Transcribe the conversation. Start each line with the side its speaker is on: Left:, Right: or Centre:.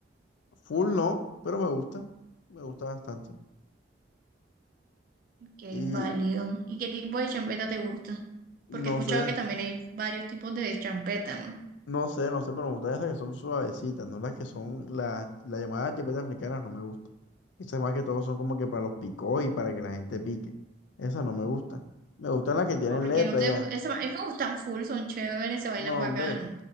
Left: Full no, pero me gusta, me gusta bastante.
Right: Ok,
Left: Y
Right: válido. ¿Y qué tipo de champeta te gusta? Porque
Left: no
Right: he escuchado
Left: sé,
Right: que también hay varios tipos de champeta, ¿no?
Left: no sé, no sé, pero me gustan esas que son suavecitas, no las que son, las la llamadas champetas africanas no me gusta Esas más que todo son como que para los picos y para que la gente pique. Esas no me gustan. Me gustan las que tienen
Right: Porque
Left: letra
Right: no te
Left: ya.
Right: gusta. A mí me gustan full, son chéveres, se bailan
Left: No,
Right: bacano.
Left: hombre,